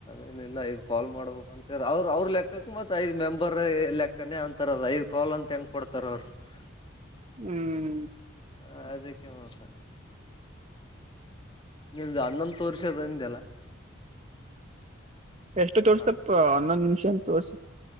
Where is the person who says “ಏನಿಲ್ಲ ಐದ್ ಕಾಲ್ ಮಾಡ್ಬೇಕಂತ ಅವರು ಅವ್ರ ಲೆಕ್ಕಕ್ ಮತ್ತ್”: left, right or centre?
Left